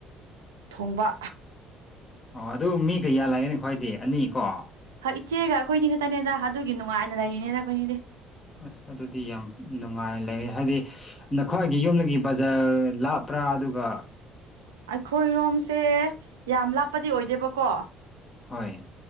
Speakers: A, on the right; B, on the left.
A: ꯊꯣꯡꯕ
B: ꯑꯣ ꯑꯗꯨ ꯃꯤ ꯀꯌꯥ ꯂꯩꯌꯦ ꯅꯈꯣꯏꯗꯤ ꯑꯅꯤ ꯀꯣ
A: ꯍꯣꯏ ꯏꯆꯦꯒ ꯑꯩꯈꯣꯏꯅꯤ ꯈꯛꯇꯅꯦꯗ ꯑꯗꯨꯒꯤ ꯅꯨꯡꯉꯥꯏꯅ ꯂꯩꯔꯤꯅꯦꯗ ꯈꯣꯏꯅꯤꯗꯤ꯫
B: ꯑꯁ ꯑꯗꯨꯗꯤ ꯌꯥꯝ ꯅꯨꯡꯉꯥꯏ ꯂꯩ ꯍꯥꯏꯗꯤ ꯅꯈꯣꯏꯒꯤ ꯌꯨꯝꯗꯒꯤ ꯕꯖꯥꯔ ꯂꯥꯞꯄ꯭ꯔꯥ ꯑꯗꯨꯒ
A: ꯑꯩꯈꯣꯏꯔꯣꯝꯁꯦ ꯌꯥꯝ ꯂꯥꯞꯄꯗꯤ ꯑꯣꯏꯗꯦꯕꯀꯣ
B: ꯍꯣꯏ